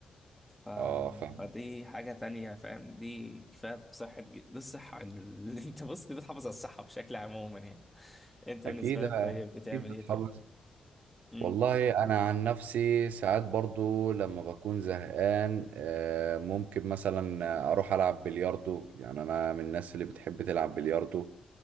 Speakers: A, in the centre; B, on the right (about 85°).
A: ف...
B: اه فاهم
A: فدي حاجة تانية فاهم دي كفاية بصحة ج- دي الصحة اللي <laughs> انت بص دي بتحافظ على الصحة بشكل عموما يعني انت
B: اكيد
A: بالنسبة لك
B: اكيد
A: طيب بتعمل
B: بتحافظ
A: ايه طيب؟ مم.
B: والله انا عن نفسي ساعات برضو لما بكون زهقان آه، ممكن مثلا اروح العب بلياردو يعني انا من الناس اللي بتحب تلعب بلياردو